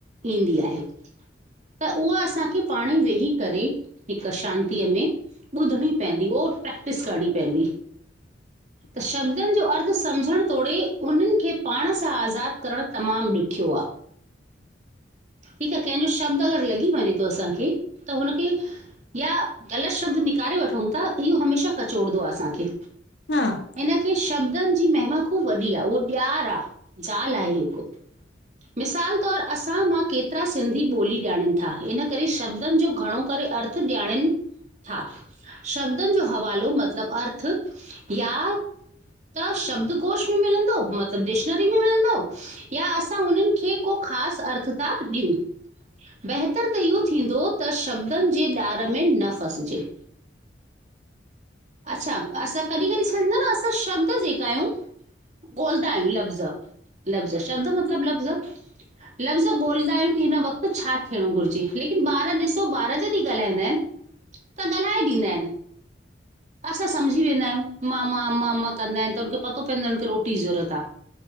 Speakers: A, on the right; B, on the left.
A: ईंदी आहे। त उहा असांखे पाण ई वेही करे हिकु शांतीअ में ॿुधणी पहंदी और प्रैक्टिस करणी पहंदी।
B: <inaudible>
A: त शब्दनि जो अर्थ सम्झणु तोड़े उन्हनि खे पाण सां आज़ादु करणु तमामु ॾुखियो आ। ठीकु आ, कंहिंजो शब्द अगरि लॻी वञे थो असांखे त हुनखे या ग़लत शब्द निकारे वठूंह था इहो हमेशाह कचोड़ंदो आ। असांखे,
B: हूं
A: इनखे शब्दनि जी महिमा ख़ू वॾी आह उह ॾियारु आह। जाल आहे हिकु।
B: <inaudible>
A: मिसाल तौर असां मां केतिरा सिंधी ॿोली ॼाणीन था इन करे शब्दन जो घणो करे अ र्थ ॼाणनि था शब्दन जो हवालो मत मतलब अर्थ या त शब्दकोश बी मिलंदो मतिलबु डिक्शनरी में मिलन्दो या असां उनीन खे को ख़ास अर्थ था ॾियूं। बहितर त इहो थींदो त शब्दन जे ॾार में न फसिजे। असां, असां कॾहिं कॾहिं छा थींदो न असां शब्द जेका आहियूं ॻौलदा आयूं लफ़्ज़, लफ़ज़ शब्द मतलब लफ़्ज़। लफ़्ज़ ॻोल्हंदा आहियूं की हिन वक़्तु छा थियणो घुरिजे लेकिन ॿार ॾिसो ॿार जॾहिं ॻाल्हाईंदा आहिन त ॻाल्हाए ॾींदा आहिन। असां सम्झी वेंदा आहियूं, मा, मा, मा कंदा आहिनि त हुनखे पतो पवंदो आहे हुनखे रोटी जी ज़रूरत आ।